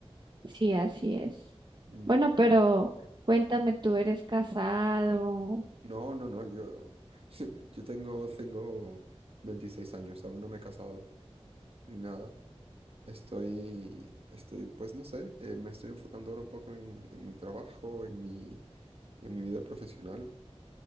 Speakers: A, on the right (about 45°); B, on the right (about 60°).
A: Sí, así es.
B: Mm.
A: Bueno, pero cuéntame, ¿tú eres casado?
B: No, no, no, yo, <laughs> yo tengo, tengo 26 años, aún no me he casado, ni nada. Estoy, estoy, pues no sé, eh, me estoy enfocando ahora un poco en, en mi trabajo, en mi, en mi vida profesional.